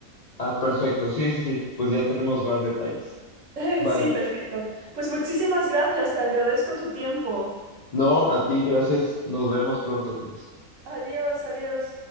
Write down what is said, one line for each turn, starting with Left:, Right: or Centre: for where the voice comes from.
Left: Ah, perfecto. Sí, sí, sí. Pues ya tenemos más detalles.
Right: <laughs>
Left: Vale.
Right: Sí, perfecto. Pues muchísimas gracias, te agradezco tu tiempo.
Left: No, a ti, gracias. Nos vemos pronto, entonces.
Right: Adiós, adiós.